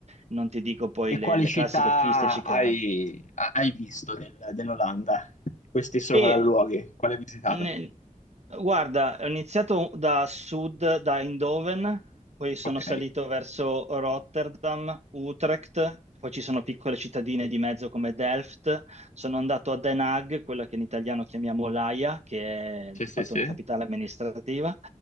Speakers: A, on the right (about 55°); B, on the left (about 65°).
A: non ti dico poi
B: E
A: le,
B: quali
A: le
B: città
A: classiche piste ciclabili.
B: hai, ha- hai visto del- dell'Olanda? Questi sopralluoghi,
A: E
B: quali hai visitato?
A: Ne- Guarda, ho iniziato da sud, da Eindhoven, poi sono
B: Ok,
A: salito verso Rotterdam, Utrecht, poi ci sono piccole cittadine di mezzo come Delft, sono andato a Den Haag, quella che in italiano chiamiamo l'Aia, che è
B: sì,
A: di
B: sì,
A: fatto
B: sì.
A: una capitale amministrativa.